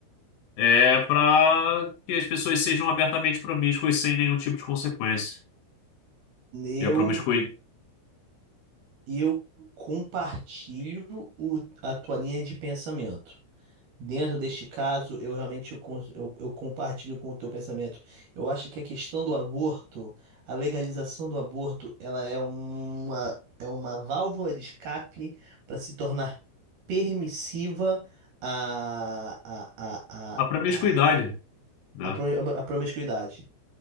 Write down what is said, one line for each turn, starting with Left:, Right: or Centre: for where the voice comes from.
Left: é para que as pessoas sejam abertamente promíscuas sem nenhum tipo de consequência.
Right: Eu,
Left: E a promiscui...
Right: eu compartilho o- a tua linha de pensamento. Dentro deste caso, eu realmente eu, cons- eu, eu compartilho com o teu pensamento. Eu acho que a questão do aborto, a legalização do aborto, ela é uma, é uma válvula de escape para se tornar permissiva a, a, a,
Left: a promiscuidade,
Right: a,
Left: né?
Right: a, pro- a promiscuidade.